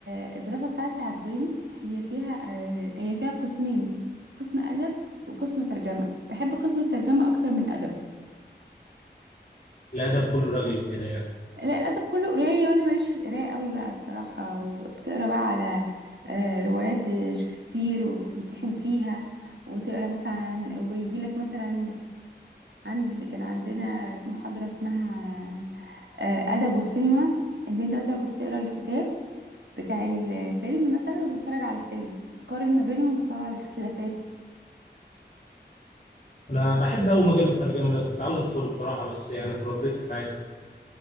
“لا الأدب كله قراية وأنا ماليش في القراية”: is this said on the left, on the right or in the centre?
Right